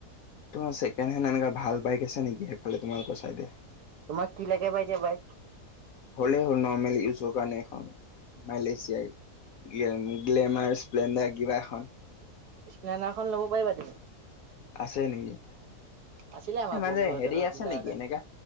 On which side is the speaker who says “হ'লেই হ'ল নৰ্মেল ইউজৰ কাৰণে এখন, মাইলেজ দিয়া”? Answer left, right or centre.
Left